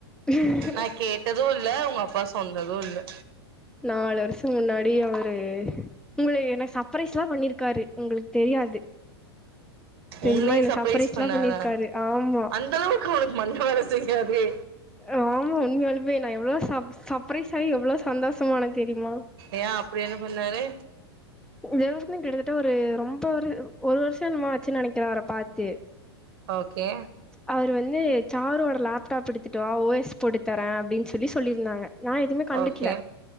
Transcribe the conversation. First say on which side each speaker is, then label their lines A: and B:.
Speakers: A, in the centre; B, on the right.
A: ம்
B: நா கேட்டது இல்ல ஒங்க அப்பா சொன்னது இல்வ
A: நாலு வருஷ முன்னாடி அவரு உங்ள என்ன சப்ரைஸ்லா பண்ணிருக் ருக்காரு உங்ளுக் தெரியாது தெரியுமா
B: ஒன்னைய
A: என்ன
B: சர்ப்ரைஸ்
A: சர்ப்ரைஸ்லா
B: பண்ணாரா
A: பண்ணிருக்காரு ஆமா
B: அந்த அளவுக் உனக் மண்ட வேல செய்யாதே
A: ஆமா உண்முயாலுமே நா எவ்ளோ சப் சப்ரைஸ் ஆயி எவ்ளோ சந்தோசமான தெரிமா
B: ஏ அப்டி என்ன பண்ணாரு
A: <unintelligible> கிட்டத்தட்ட ஒரு ரொம்ப ஒரு ஒரு வருஷோ என்னமோ ஆச்சு நெனக்கிற அவர பாத்து
B: ஓகே
A: அவரு வந்து சாருவோட லேப்டாப் எடுத்துட்டு வா ஓ எஸ் போட்டு தர அப்டின் சொல்லி சொல்லிருந்தாங்க நா எதுமே கண்டுகுல
B: ஓகே